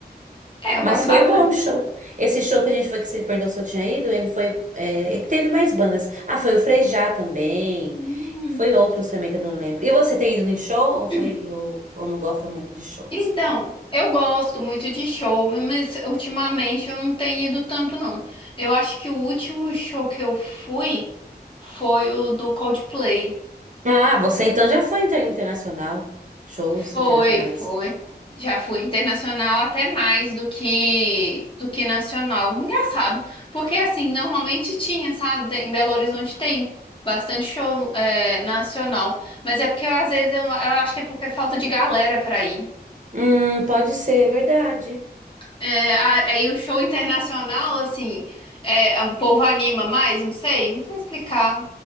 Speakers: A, on the left; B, on the right.
A: É, eu
B: Mas
A: gosto
B: foi
A: bastante.
B: bom o show. Esse show que a gente foi, que você perguntou se eu tinha ido, ele foi. É, é que teve mais bandas. Ah, foi o Frejá também.
A: Hum.
B: Foi outros também que eu não lembro. E você tem ido em show ou foi
A: <clears throat>
B: ou, ou não gosta muito de shows?
A: Então, eu gosto muito de show, mas ultimamente eu não tenho ido tanto, não. Eu acho que o último show que eu fui foi o do Coldplay.
B: Ah, você então já foi inter- internacional. Shows
A: Foi,
B: internacionais.
A: foi. Já fui internacional até mais do que do que nacional. Engraçado, porque assim, normalmente tinha, sabe? Tem- Em Belo Horizonte tem bastante show é, nacional, mas é porque eu, às vezes eu, eu acho que é porque é falta de galera pra ir.
B: Hum, pode ser, é verdade.
A: É, a- aí o show internacional, assim, é, é, o povo anima mais, não sei, não sei explicar.